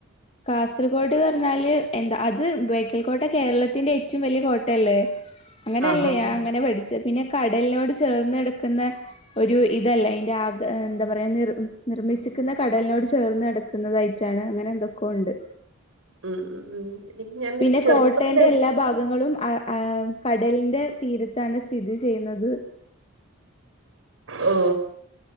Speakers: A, on the left (about 30°); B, on the right (about 65°).
A: കാസർഗോഡ് പറഞ്ഞാല് എന്താ അത് ബേക്കൽ കോട്ട കേരളത്തിന്റെ ഏറ്റവും വലിയ കോട്ടയല്ലേ അങ്ങനെയല്ലേ
B: ആഹ് ആഹ്
A: ഞാൻ
B: ആഹ്
A: അങ്ങനെ പഠിച്ച പിന്നെ കടലിനോട് ചേർന്ന്ടുക്കുന്ന ഒരു ഇതല്ല അതിറെ ആ എന്താ പറയാ നി നി താമ്മസിക്കുന്ന കടലിനോട് ചേർന്ന് എടുക്കുന്നതായിട്ടാണ് അങ്ങനെ എന്തൊക്കെയ ഉണ്ട്
B: ഉം ഉം ഉം ഞാൻ
A: പിന്നെ
B: ചെറുപ്പത്തില്
A: കോട്ടയറെ എല്ലാ ഭാഗങ്ങളും ആ കടലിന്റെ തീരത്താണ് സ്ഥിതി ചെയ്യുന്നത്
B: ഓ